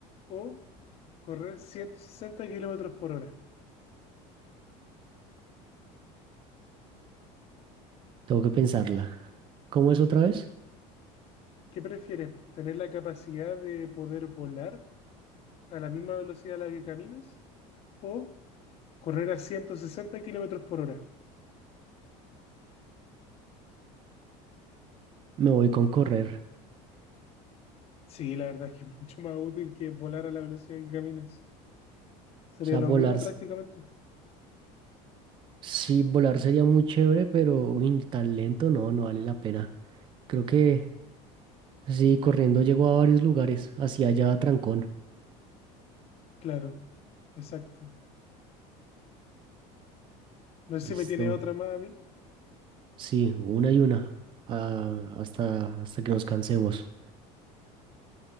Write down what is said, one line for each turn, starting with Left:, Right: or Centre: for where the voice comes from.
Left: o correr 160 kilómetros por hora.
Right: tengo que pensarla. ¿Cómo es otra vez?
Left: ¿Qué prefieres? ¿Tener la capacidad de poder volar a la misma velocidad a la que caminas o correr a 160 kilómetros por hora?
Right: Me voy con correr.
Left: Sí, la verdad es que es <laughs> mucho más útil que volar a la velocidad que caminas. Sería
Right: O sea,
Left: lo
Right: volar.
Left: mismo prácticamente.
Right: Sí, volar sería muy chévere, pero uy, tan lento no, no vale la pena. Creo que sí, corriendo llego a varios lugares, hacia allá a Trancón.
Left: Claro, exacto. No sé
Right: Listo.
Left: si me tiene otra más a mí.
Right: Sí, una y una, ah, hasta, hasta que nos cansemos.